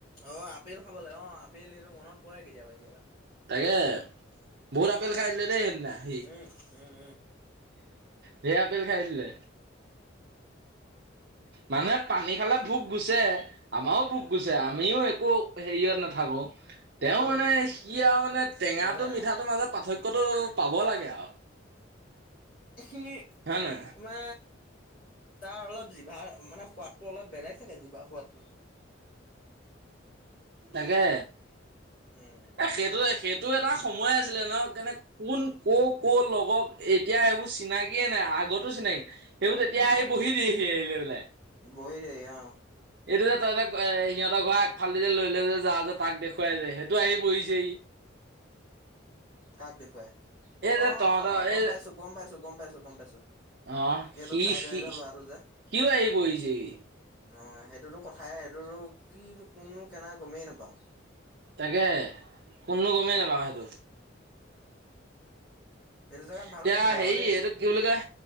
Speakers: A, on the left; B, on the right.
A: অ আপেল খাবলৈ অ আপিল সেইটো মনত পৰে কেতিয়াবা কেতিয়াবা
B: তাকে বহুত আপেল খাই দিলে দেই সেদিনা সি
A: উম উম উম
B: ধেৰ আপেল খাই দিলে। মানে পানী খালে ভোক গুছে। আমাৰো ভোক গুছে, আমিও একো হেৰিয়ত নাথাকো। তেও
A: উম
B: মানে, সি আৰু মানে টেঙাটো,
A: নাথাকে
B: মিঠাটোৰ
A: নাই
B: মাজত পাৰ্থক কটো লাগে আৰু।
A: সি
B: হয় নে
A: মে, তাৰ অলপ জিভাৰ, মানে সোৱাদ টো অলপ বেলেগ চাগে, জিভাৰ সোৱাদটো।
B: তাকে।
A: উম,
B: এ সেইটো-সেইটো এটা সময় আছিলে নহ। কেনে কোন ক-ক লগক এই এতিয়া এইবোৰ চিনাকিয়ে নাই, আগটো চিনাই তেওঁ তেতিয়া
A: উম
B: আহি বহি দিয়েহি আহি লৈ পেলাই।
A: বহি দেৰি অ
B: এইটো যে, তই যে, এ সিহঁতৰ ঘৰৰ আগফালদি যে লৈ লে যে যাও যে, তাক দেখুৱাই যে হেতু আহি বহিছেহি।
A: কাক দেখুৱাই?
B: এই যে
A: অ',
B: তহঁতৰ
A: গম
B: এই
A: পাইছো, গম পাইছো, গম পাইছো। গম পাইছো সেইটো
B: অ সি
A: চাইদৰে
B: সি
A: যে, লৰাটো যে।
B: সিও আহি পৰিছেহি
A: অ, সেই -টোতো কথাই, সেইটোতো কি নো, কোননো? কেনা, গমেই নাপাওঁ।
B: তাকে, কোননো গমেই
A: উম
B: নাপাওঁ সেইটো।
A: সেইটো জেগাত
B: এতিয়া
A: ভাল লাগিছিলে
B: হেৰি
A: আক দেই।
B: এইটো কি বুলি কয়